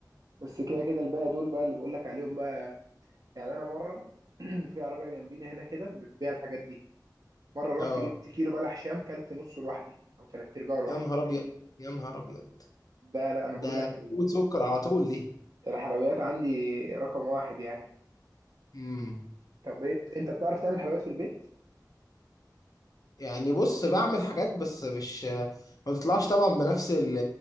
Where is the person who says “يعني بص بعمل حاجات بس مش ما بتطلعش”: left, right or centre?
Left